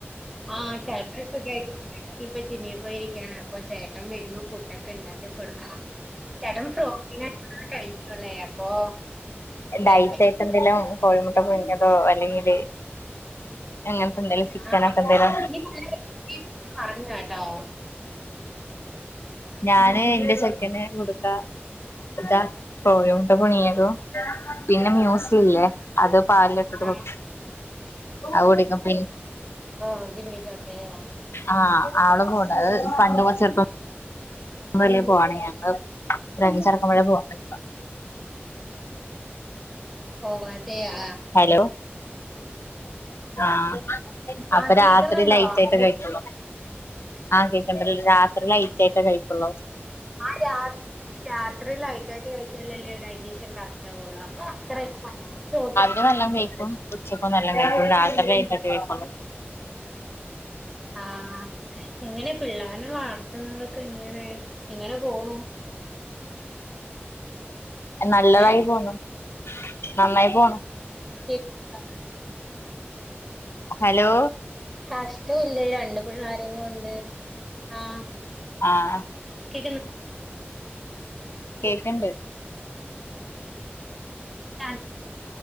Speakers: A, in the centre; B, on the left.
A: ആഹ് ചേട്ടൻ സുഗായിട്ടിരിക്ണ് ഇപ്പോ ജിമ്മി പോയിരിക്കാണ് അപ്പൊ ചേട്ട വരുമ്പോ ഫുഡൊക്കെ ണ്ടാക്ക കൊടുക്കണം ചേട്ടം പ്രോട്ടീനൊക്കെള്ളതാ കഴിക്കൂല്ലേ അപ്പൊ
B: ഡൈറ്റായിട്ടെന്തേലും
A: എന്തെങ്കിലും
B: കോഴിമുട്ട പുഴ്ങ്ങിയതോ അല്ലെങ്കില് അങ്ങനത്തെന്തേലും ചിക്കനൊക്കെ
A: ആ
B: എന്തേലോ
A: നീ നല്ല പറഞ്ഞു കേട്ടോ
B: ഞാന് ന്റെ ചെക്കന് കൊട്ക്കാ എജ്ജാ കോഴിമുട്ട പുഴ്ങ്ങിയതും പിന്നെ മ്യുസ്സ്ല്ലേ അത് പാലില്ട്ട്ട്ട്
A: ആ
B: കൊട് അവ്ട്ക്കും പിൻ
A: ആഹ് ജിമ്മിച്ചോട്ടേയാ
B: ആഹ് ആള് പോൺണ്ട് അത് പണ്ട്മൊ ചെർപ്പം ഒന്നുല്ലേ പോവ്വാണേ ഞങ്ങള് ഒരഞ്ചരാക്കുമ്പളേ പോകാതുടങ്ങിയതാ
A: ഓഹ് അതെയാ
B: ഹലോ ആഹ്
A: ആ
B: അപ്പ
A: കേക്കുന്നുണ്ടോ
B: രാത്രി ലൈറ്റായ്ട്ടെ കഴിക്ക്വൊള്ള് ആഹ് കേക്ക്ൺണ്ട് രാത്രി ലൈറ്റായ്ട്ടേ കഴിക്ക്വൊള്ള്
A: ആഹ് രാത് രാത്രി ലൈറ്റായ്ട്ട് കയ്ച്ചാലല്ലേ ഡൈ ജഷൻ കറക്റ്റാവൊള്ള അപ്പൊ അത്രെക്കെ മതി <unintelligible>
B: പ്പൊ നല്ലോം കേയ്ക്കും ഉച്ചക്കുംനല്ലോം കൈക്കും രാത്രി ലൈറ്റായിട്ടെ കൈയ്ക്ക്വൊള്ളു
A: ആഹ് എങ്ങനെ പിള്ളാര്നെ വളർത്ത്ന്നതൊക്കെങ്ങനെ എങ്ങനെ പോണു
B: നല്ലതായ്
A: ഏഹ്
B: പോണു നന്നായ് പോണ്
A: കേക്ക്ൺണ്ടാ
B: ഹലോ
A: കഷ്ട്ടെയ്ല്ലേ രണ്ട് പിള്ളാരേം കൊണ്ട് ആഹ്
B: ആഹ്
A: കേക്ക്ന്ന്
B: കേക്ക്ൺണ്ട്
A: ഞാൻ